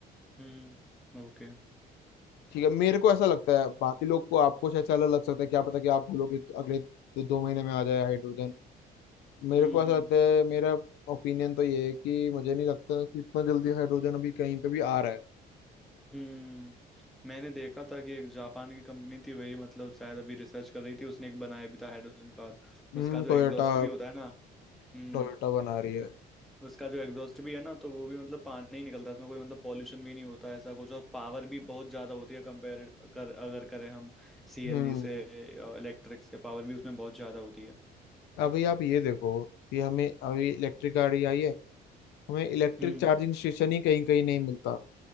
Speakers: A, in the centre; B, on the left (about 80°).
A: हम्म ओके हम्म okay.
B: ठीक है मेरे को ऐसा लगता है बाकी लोग को आपको शायद से अलग लग सकता है क्या पता कि आप बोलोगे तो अगले दो, दो महीने में आ जाए हाइड्रोजन मेरे
A: हम्म
B: को ऐसा
A: हम्म।
B: लगता है मेरा ओपिनियन तो ये है कि मुझे नहीं लगता कि इतना जल्दी हाइड्रोजन अभी कहीं पे भी आ रहा है
A: हम्म मैंने देखा था कि एक जापान की कंपनी थी वही मतलब शायद अभी रिसर्च कर रही थी उसने एक बनाया भी था हाइड्रोजन कार
B: हम्म
A: उसका जो
B: टोयोटा
A: एग्जॉस्ट भी होता है ना हम्म
B: टोयोटा बना रही है
A: उ- उसका जो एग्जॉस्ट भी है ना तो वो भी मतलब पानी ही निकलता है उसमें कोई मतलब पॉल्यूशन भी नहीं होता ऐसा कुछ और पावर भी बहुत ज्यादा होती है कंपेयर कर अगर करें हम सीएनजी
B: हम्म
A: से इलेक्ट्रिक से पावर भी उसमें बहुत ज्यादा होती है
B: अभी आप ये देखो कि हमें अभी इलेक्ट्रिक गाड़ी आई है हमें इलेक्ट्रिक
A: हम्म
B: चार्जिंग स्टेशन ही कहीं कहीं नहीं मिलता